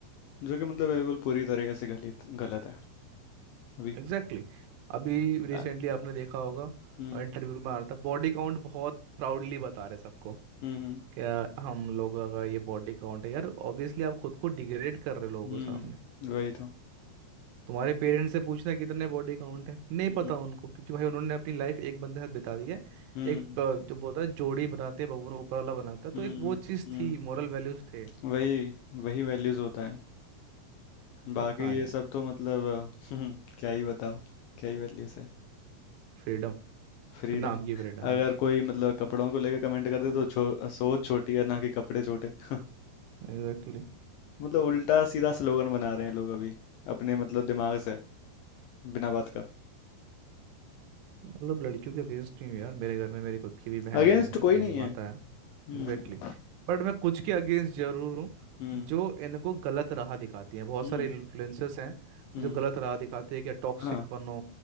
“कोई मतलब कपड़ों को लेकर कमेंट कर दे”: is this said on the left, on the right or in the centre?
Left